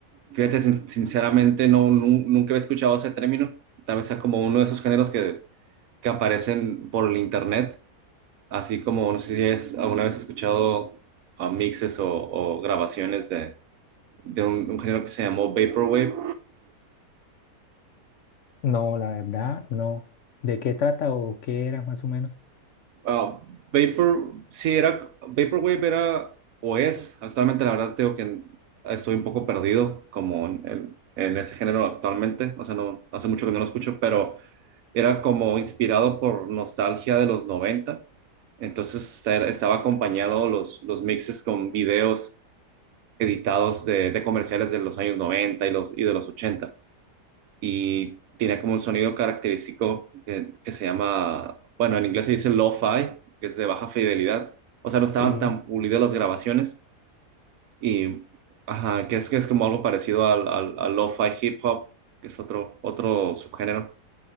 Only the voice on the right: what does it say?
Fíjate, sin- sinceramente, no, nu- nunca he escuchado ese término. Tal vez sea como uno de esos géneros que, que aparecen por el internet, así como no sé si es, alguna vez he escuchado ah, mixes o, o grabaciones de, de un, un género que se llamó Vaporwave.
Ah, Vapor, sí, era, Vaporwave era o es, actualmente la verdad tengo que estoy un poco perdido como en, en- en ese género actualmente, o sea, no, hace mucho que no lo escucho, pero... era como inspirado por nostalgia de los 90, entonces esta- estaba acompañado los, los mixes con videos editados de, de comerciales de los años 90 y, los, y de los 80 y tenía como un sonido característico eh, que, se llama, bueno, en inglés se dice lo-fi, que es de baja fidelidad, o sea, no estaban
tan pulidas las grabaciones, y ajá, que es, que es como algo parecido al, al, al lo-fi hip hop, que es otro, otro subgénero.